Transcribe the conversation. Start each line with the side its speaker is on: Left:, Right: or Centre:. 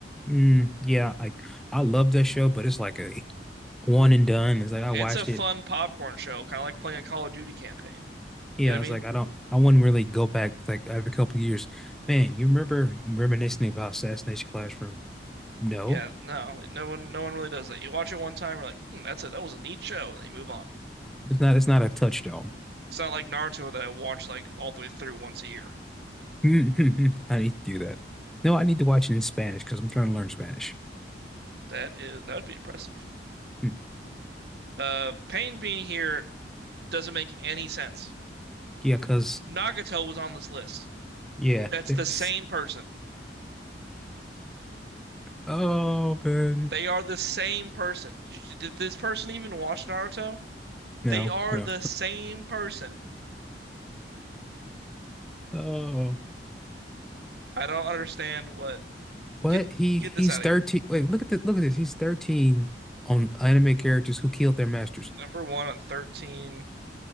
Centre: Mm, yeah, I I love that show, but it's like a one and done. It's like I
Right: It's
Centre: watched
Right: a fun
Centre: it.
Right: popcorn show, kind of like playing a Call of Duty campaign.
Centre: Yeah,
Right: You know what
Centre: it's
Right: I
Centre: like
Right: mean?
Centre: I don't I wouldn't really go back like every couple of years. Man, you remember I'm reminiscing about Assassination Classroom. No,
Right: Yeah, no, like, no one, no one really does that. You watch it one time, you're like, hmm, that's it. That was a neat show, and then you move on.
Centre: it's not it's not a touchstone.
Right: It's not like Naruto that I watch like all the way through once a year.
Centre: <laughs> I need to do that. No, I need to watch it in Spanish because I'm trying to learn Spanish.
Right: That is, that would be impressive.
Centre: Hmm.
Right: Uh, Pain being here doesn't make any sense.
Centre: Yeah, because,
Right: Nagato was on this list.
Centre: yeah.
Right: That's
Centre: they
Right: the
Centre: was-
Right: same person.
Centre: Oh, man.
Right: They are the same person. Did this person even watch Naruto?
Centre: No,
Right: They are
Centre: no.
Right: the same person.
Centre: Oh,
Right: I don't understand what.
Centre: what?
Right: Get
Centre: He
Right: get
Centre: he's
Right: this out
Centre: 13.
Right: of here.
Centre: Wait, look at the look at this. He's 13 on anime characters who killed their masters.
Right: Number one on 13.